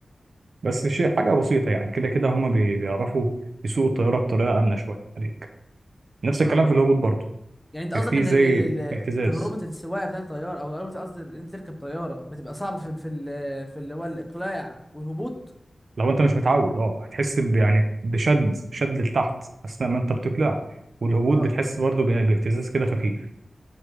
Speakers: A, on the right; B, in the centre.
A: بس شيء حاجة بسيطة يعني كده كده هما بي- بيعرفوا يسوقوا الطيارة بطريقة آمنة شوية عليك نفس
B: اه
A: الكلام في الهبوط برضه
B: يعني انت قصدك
A: في
B: ان
A: زي
B: ال... ال... ال-
A: اهتزاز
B: تجربه السواقه بتاعت الطياره او تجربه قصدي ان انت تركب طياره بتبقى صعبه في ال- في ال... في اللي هو الاقلاع والهبوط
A: لو انت مش متعود اه هتحس ب- يعني بشد شد لتحت اثناء ما انت بتقلع والهبوط
B: اه
A: بتحس برضه بيه- باهتزاز كده خفيف